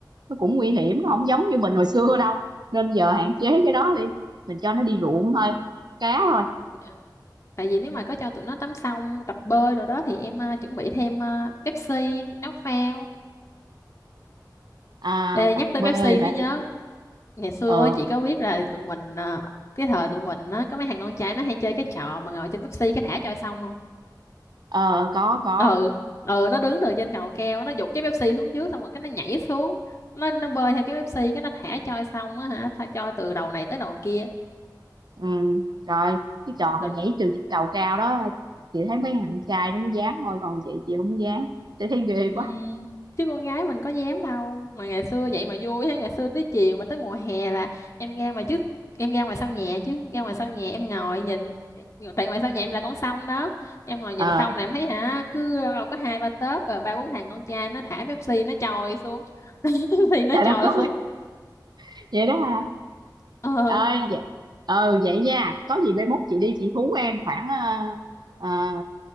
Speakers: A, on the right; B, on the left.
A: nó cũng nguy hiểm nó không giống như mình hồi xưa đâu nên giờ hạn chế cái đó đi mình cho nó đi ruộng thôi cá thôi
B: Vậy tại vì nếu mà có cho tụi nó tắm xong tập bơi rồi đó thì em ờ, chuẩn bị thêm ờ, Pepsi áo phao
A: à
B: Ê,
A: tập
B: nhắc tới
A: bơi
B: Pepsi
A: hả
B: mới nhớ
A: để
B: ngày xưa
A: ờ
B: á, chị có biết là tụi mình ờ, cái thời tụi mình á, có mấy thằng con trai nó hay chơi cái trò mà ngồi trên Pepsi cái thả trôi sông không
A: ờ có có
B: ừ ừ nó đứng từ trên cầu keo nó giục cái Pepsi xuống trước xong rồi cái nó nhảy xuống nó nó bơi theo cái Pepsi cái nó thả trôi sông á hả thả trôi từ đầu này tới đầu kia
A: Ừ, rồi cái trò
B: ừ.
A: mà nhảy từ trên cầu cao đó chị thấy mấy thằng trai nó mới dám thôi còn chị chị không dám chị thấy ghê
B: Ừ,
A: quá
B: chứ con gái mình có dám đâu mà ngày xưa vậy mà vui thế ngày xưa tới chiều mà tới mùa hè là em ra mà trước em ra ngoài sau nhà chứ ra ngoài sau nhà em ngồi nhìn tại ngoài sau nhà em là con sông đó em ngồi
A: ờ
B: nhìn sông là em thấy hả cứ đâu có hai ba tớp rồi ba bốn thằng con trai nó thả Pepsi nó trồi xuống <laughs> Pepsi nó
A: trời
B: trồi
A: đất ơi
B: xuống
A: <laughs> vậy đó hả
B: ờ
A: ơi vậy ờ vậy nha có gì mai mốt chị đi chị hú em khoảng ờ, ờ,